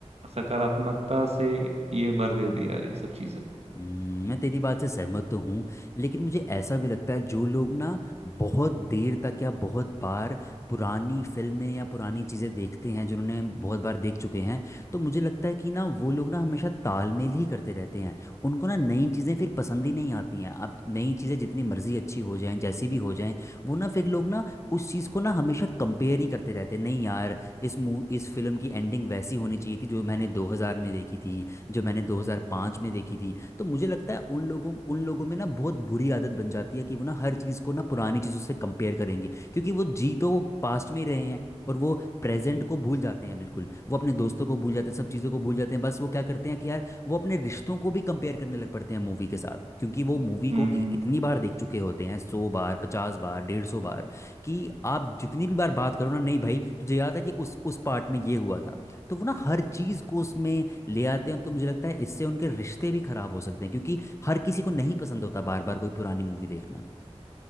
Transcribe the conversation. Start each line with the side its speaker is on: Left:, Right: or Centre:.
Right: सकारात्मकता से ये भर देती है यार ये सब चीजें
Left: हम्म, मैं तेरी बात से सहमत तो हूँ लेकिन मुझे ऐसा भी लगता है जो लोग ना बहुत देर तक या बहुत बार पुरानी फिल्में या पुरानी चीज़ें देखते हैं जिन्होंने बहुत बार देख चुके हैं तो मुझे लगता है कि ना वो लोग ना हमेशा तालमेल ही करते रहते हैं उनको ना नई चीज़ें फिर पसंद ही नहीं आती हैं अब नई चीज़ें जितनी मर्जी अच्छी हो जाएं जैसी भी हो जाएं वो ना फिर लोग ना उस चीज़ को ना हमेशा कंपेयर ही करते रहते हैं नहीं यार इस मू इस फिल्म की एंडिंग वैसी होनी चाहिए थी जो मैंने 2000 में देखी थी जो मैंने 2005 में देखी थी तो मुझे लगता है उन लोगों उन लोगों में ना बहुत बुरी आदत बन जाती है कि वो ना हर चीज़ को ना पुरानी चीज़ों से कंपेयर करेंगे क्योंकि वो जी तो वो पास्ट में ही रहे हैं और वो प्रेजेंट को भूल जाते हैं बिल्कुल वो अपने दोस्तों को भूल जाते हैं सब चीज़ों को भूल जाते हैं बस वो क्या करते हैं कि यार वो अपने रिश्तों को भी कंपेयर करने लग पड़ते हैं मूवी के साथ क्योंकि वो मूवी
Right: हम्म
Left: को ए- इतनी बार देख चुके होते हैं सौ बार पचास बार डेढ़ सौ बार कि आप जितनी भी बार बात करो ना नहीं भाई तुझे याद है कि उस उस पार्ट में ये हुआ था तो वो ना हर चीज़ को उसमें ले आते हैं तो मुझे लगता है इससे उनके रिश्ते भी खराब हो सकते हैं क्योंकि हर किसी को नहीं पसंद होता बार बार कोई पुरानी मूवी देखना